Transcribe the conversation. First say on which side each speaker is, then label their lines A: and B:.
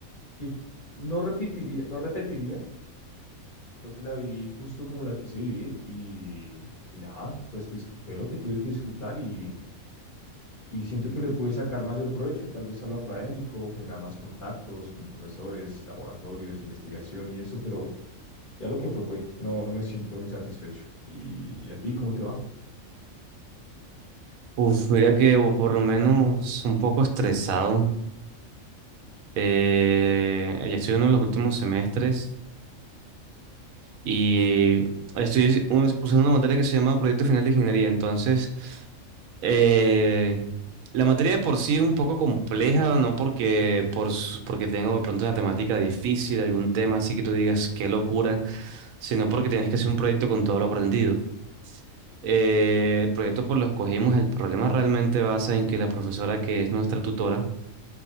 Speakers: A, on the left (about 35°); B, on the right (about 80°).
A: que no repetiría, no repetiría. Creo que la viví justo como la quise vivir y, y nada, pues disfruté lo que tuve que disfrutar y Y siento que le pude sacar mayor provecho, tal vez a lo académico, generar más contactos con profesores, laboratorios, investigación y eso, pero ya lo que fue fue, no, no me siento insatisfecho. ¿Y, y a ti cómo te va?
B: Uf, mira que o por lo menos un poco estresado. Eh, ya estoy en uno de los últimos semestres y estoy una- cursando una materia que se llama Proyecto Final de Ingeniería. Entonces, eh, la materia de por sí es un poco compleja, no porque, por, su- porque tengo de pronto una temática difícil, algún tema así que tú digas qué locura, sino porque tienes que hacer un proyecto con todo lo aprendido. Eh, el proyecto por lo escogimos, el problema realmente basa en que la profesora que es nuestra tutora,